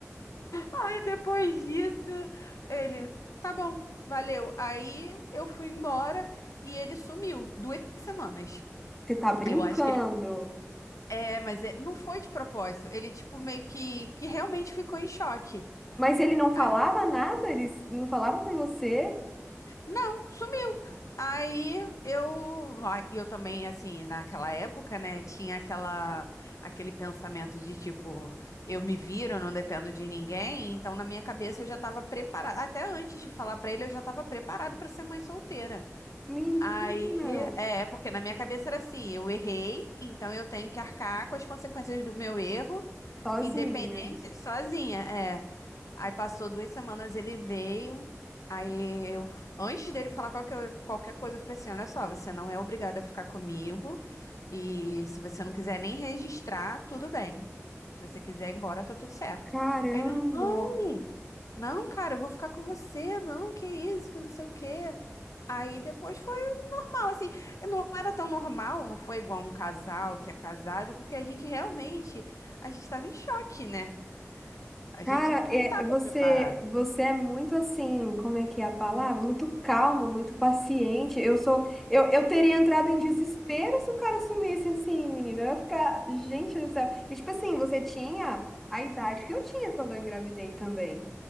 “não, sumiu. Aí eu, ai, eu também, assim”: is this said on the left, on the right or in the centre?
Left